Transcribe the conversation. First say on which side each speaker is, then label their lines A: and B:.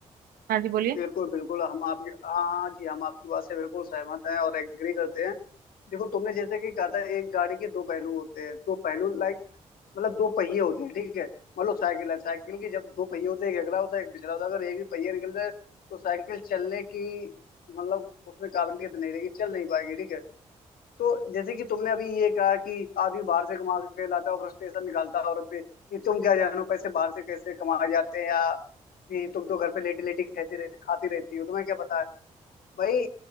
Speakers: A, on the right; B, on the left.
A: हाँ जी बोलिए
B: बिल्कुल, बिल्कुल, हम आपकी हाँ, हाँ जी, हम आपकी बात से बिल्कुल सहमत हैं और एग्री करते हैं। देखो, तुमने जैसे कि कहा था एक गाड़ी के दो पहलू होते हैं। दो पहलू लाइक मतलब दो पहिए होते हैं, ठीक है? मान लो साइकिल है, साइकिल के जब दो पहिए होते हैं, एक अगला होता है, एक पिछला होता है। अगर एक भी पहिया निकल जाए तो साइकिल चलने की मतलब उसमें काबिलियत नहीं रहेगी, चल नहीं पाएगी, ठीक है? तो जैसे कि तुमने अभी ये कहा कि आदमी बाहर से कमा के लाता है और फ्रस्ट्रेशन निकालता है औरत पे कि तुम क्या जानो पैसे बाहर से कैसे कमाए जाते हैं या कि तुम तो घर पे लेटी लेटी खाती रहती खाती रहती हो तुम्हें क्या पता है भाई